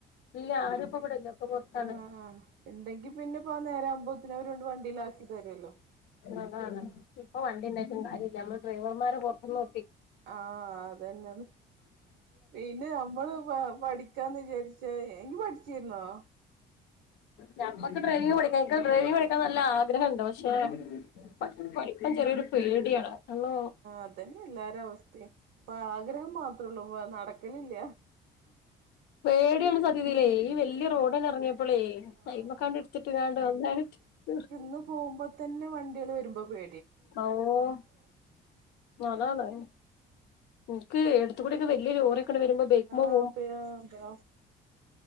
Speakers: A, on the left (about 80°); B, on the right (about 80°).
A: ‌ <unintelligible> ഇല്ല ആരും ഇപ്പ ഇവിടെല്ല ഒക്കെ പുറത്താണ്
B: ആഹ് ഇണ്ടെങ്കി പിന്നെപ്പോനേരാവുമ്പോത്തിന് അവര് ങ്ങട് വണ്ടിലാക്കി തെരൊല്ലോ.
A: അതാണ്‌ ഇപ്പ വണ്ടിണ്ടായിട്ടും കാര്യല്ല അമ്മള് ഡ്രൈവർമാരെ പൊർത്ത്നോ
B: ആഹ് അതെന്നെ പിന്നെ അമ്മള് പാ പഠിക്കാന്ന് വിചാര്ച്ചായെ ഇയ്യ് പഠിച്ചിര്ന്നോ?
A: ഞമ്മക്ക് ഡ്രൈവിംഗ് പഠിക്കാം എക്ക് ഡ്രൈവിംഗ് പഠിക്കാൻ നല്ല ആഗ്രഹണ്ട് പക്ഷെ <unintelligible> പഠിക്കാൻ ചെറിയൊരു പേട്യാണ്. ഹലോ
B: അതെന്നെ എല്ലാരവസ്‌ഥിം പ്പ ആഗ്രഹം മാത്രൊള്ളൂ നടക്കലില്ല.
A: പേട്യാണ് സത് ത്യത്തിലേ ഈ വെല്ല്യ
B: ഏഹ്
A: റോഡാടെർങ്ങ്യപ്പളേ
B: ആഹ്
A: കൈമക്കാണ്ട്ട്ത്ത്ട്ട്ക്കാണ്ട് ഒന്നാണ്ട് <unintelligible>
B: ന്നു പോവുമ്പത്ത് വണ്ട്യേള് വെരുമ്പോ പേ
A: ഓഹ് അതാണ് ഇൻക്ക് എട്ത്ത് ക്കൂടെക്കെ വെല്ല്യ ലോറിക്കണ്ട് വെരുമ്പോ ബെയ്ക്ക് മ്മേ
B: ആഹ് പേ ആഹ് താ